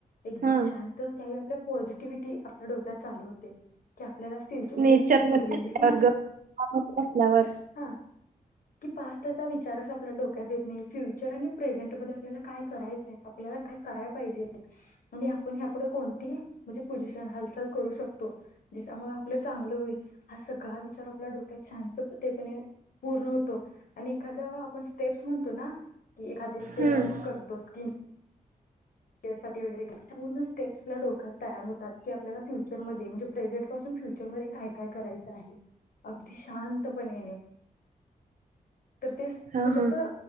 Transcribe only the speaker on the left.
एकदम
शांत त्या वेळी आपल्या पॉझिटिव्हटी आपल्या डोक्यात चालू होते. की आपल्याला फ्युचर म्हणजे
तू
बोललेलीस
ना?
हा. पास्टचा विचारच आपल्या डोक्यात येत नाही. फ्युचर आणि प्रेझेंट मध्ये आपल्याला काय करायचंय, आपल्याला काय कराय पाहिजे, आणि आपण ह्यापुढे कोणतीही म्हणजे पोझिशन हालचाल करू शकतो जिच्यामुळे आपलं चांगलं होईल हा सगळा विचार आपल्या डोक्यात शांततेपणे- - पुर्ण हो -- आणि एखादं आपण स्टेप्स म्हण तोना, की एखादी स्टेप
आपण करतो स्किन त्यासाठी वगैरे पूर्ण स्टेप्स आपल्या डोक्यात तयार होतात आपल्याला फ्यु फ्युचर मध्ये म्हणजे प्रेझेंट पासून फ्युचरमध्ये काय काय करायचं आहे अगदी शांतपणेणे. तर ते म्हणजे
असं